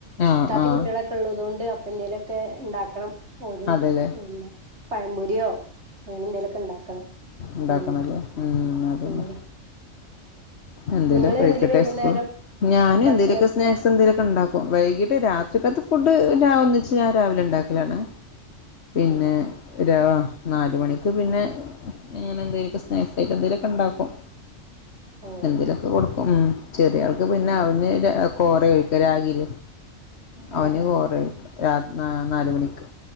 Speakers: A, on the left; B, on the right.
A: ആഹ്
B: ഇത്താത്തിം
A: ആഹ്
B: കുട്ടികളൊക്കെ ഉള്ളതുകൊണ്ട് അപ്പന്തേലൊക്കെ ഇണ്ടാക്കണം ഒരു
A: അതെല്ലേ
B: എന്താ പഴംപൊരിയോ അങ്ങനെ എന്തെലുലൊക്കെ ഇണ്ടാക്കണം
A: ഇണ്ടാക്കണല്ല
B: ഉം
A: ഉം അതെന്നെ
B: ഉം
A: എന്തേലോ
B: നിങ്ങള്
A: കഴിക്കട്ടെ
B: എന്തേലും വൈകുന്നേരം
A: സ്കൂൾ ഞാനും
B: ഭക്ഷണം
A: എന്തേലുക്കെ സ്സ് സ്നാക്സ് എന്തെങ്കലുമൊക്കെ ഇണ്ടാക്കും വൈകിട്ട് രാത്രിക്കകത്ത് ഫുഡ്ഞാൻ ഒന്നിച്ച് ഞൻ രാവിലെ ഉണ്ടാക്കലാണ് പിന്നെ
B: ആഹ് അതെ
A: ര നാൽ മണിക്ക് പിന്നെ ഇങ്ങനെന്തേലൊക്കെ സ്നാക്സയിട്ട് എന്തെലുക്കെ ഇണ്ടാക്കും.
B: ഓഹ്
A: എന്തേലൊക്കെ കൊടുക്കും മ്മ് ചെറിയ ആൾക്ക്
B: ഉം
A: പിന്നെ അവന് ര കോറ ഒഴിക്കുക രാഗിൽ അവന്
B: ആഹ് ആഹ്
A: കോറ ഒഴക്കുക രാത് നാൽ മണിക്ക്